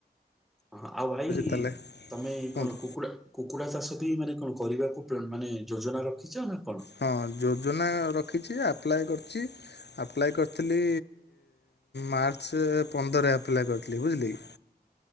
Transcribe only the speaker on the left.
ତାହେଲେ
କୁହନ୍ତୁ
ହଁ ଯୋଜନା ରଖିଛି ଆପ୍ଲାଏ କରିଛି ଆପ୍ଲାଏ କରିଥିଲି ମାର୍ଚ୍ଚ ପନ୍ଦରରେ ଆପ୍ଲାଏ କରିଥିଲି ବୁଝିଲେକି।